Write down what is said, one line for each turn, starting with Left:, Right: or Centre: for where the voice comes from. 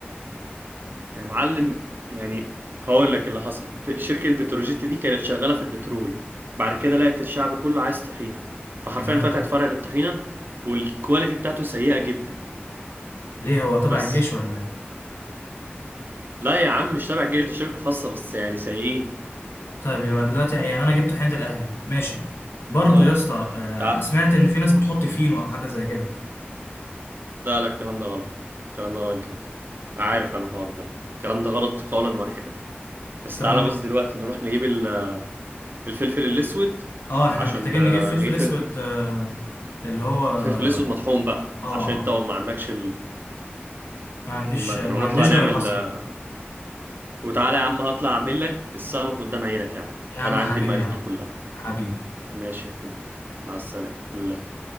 Right: يا معلم يعني هقول لك اللي حصل ب- شركة بتروجيت دي كانت شغالة في البترول بعد كده لقت الشعب كله عايز طحينة فحرفيا
Left: تمام
Right: فتحت فرع للطحينة والكواليتي بتاعته سيئة جدا
Left: ليه هو تبع
Right: بس
Left: الجيش ولا إيه؟
Right: لا يا عم مش تابع الجيش ده شركة خاصة بس يعني سيئين
Left: طيب يبقى دلوقتي يعني انا جبت حنة الاهلي ماشي برضو
Right: اه
Left: يا اسطى آه،
Right: تعال
Left: انا سمعت ان في ناس بتحط فينو او حاجه زي كده
Right: لا لا الكلام ده غلط الكلام ده غلط جدا عارف انا الحوار ده الكلام ده غلط قولا واحدا بس
Left: تم
Right: تعالى بس دلوقتي نروح نجيب ال- الفلفل الأسود
Left: اه احنا
Right: عشان
Left: محتاجين
Right: آه،
Left: نجيب فلفل
Right: نجيب فلفل
Left: اسود آه، اللي هو اه
Right: الفلفل الأسود مطحون بقى
Left: اه
Right: عشان انت ما عندكش
Left: ما عنديش
Right: المكنة
Left: ما
Right: ونطلع
Left: عنديش
Right: نعمل
Left: غير الحصى
Right: آه، وتعالى يا عم هطلع أعمل لك السمك قدام عينك يا عم
Left: يا عم
Right: أنا عندي
Left: حبيبي
Right: المقادير
Left: يا عم
Right: كلها
Left: حبيبي
Right: ماشي يا أخويا مع السلامة